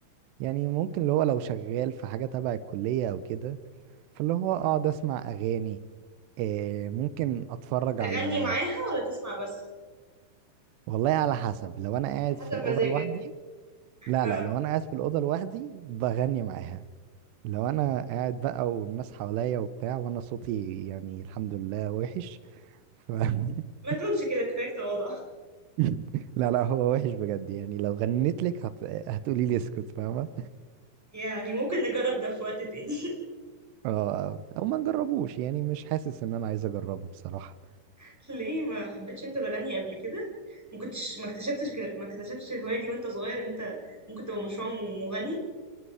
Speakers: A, on the right; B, in the centre.
A: يعني ممكن اللي هو لو شغال في حاجة تبع الكلية او كده فاللي هو اقعد اسمع اغاني إيه ممكن اتفرج
B: تغني
A: على
B: معاها ولا تسمع بس
A: والله على حسب لو انا قاعد
B: حسب
A: في الأوضة
B: مزاجك
A: لوحدي لا
B: اه
A: لا لو انا قاعد في الأوضة لوحدي بغني معاها لو انا قاعد بقى والناس حواليا وبتاع وانا صوتي يعني الحمد لله وحش ف <laughs>
B: ما تقولش كده كفاية تواضع
A: <laughs> لا لا هو وحش بجد يعني لو غنيت لك هت... هتقولي لي اسكت فاهمه
B: يعني ممكن نجرب ده في وقت تاني
A: اه او ما نجربوش يعني مش حاسس ان انا عايز اجربه بصراحه
B: <laughs> ليه ما حبيتش انت تغني قبل كده ما كنتش ما اكتشفتش كده- ما اكتشفتش الهواية دي وانت صغير انت ممكن تبقى مشروع مغني